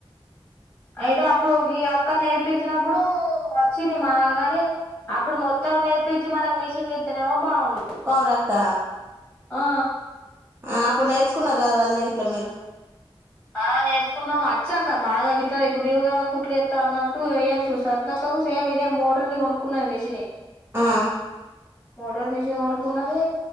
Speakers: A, on the left; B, on the right.
A: అయితే అప్పుడు గీ అక్క నేర్పించినప్పుడు వచ్చింది మా గాని అప్పుడు మొత్తం నేర్పించి మనకి మిషన్లు ఇత్తినమో బాగుండు
B: పవురక
A: ఆ
B: ఆ అప్పుడు నేర్చుకున్నారు కదా వదిన ఇట్లా మీరు
A: ఆ నేర్చుకున్నావు వచ్చాక్క మా ద ఇట్లా ఇప్పుడు నీవు కదా కుట్లు ఎత్తా అన్నట్టు వయొచ్చు సరిదక్కకు సేమ్ ఇదే మోటర్ది కొనుకున్నది మెషినీ.
B: ఆ
A: మోటార్ మిషన్ కొనుకున్నది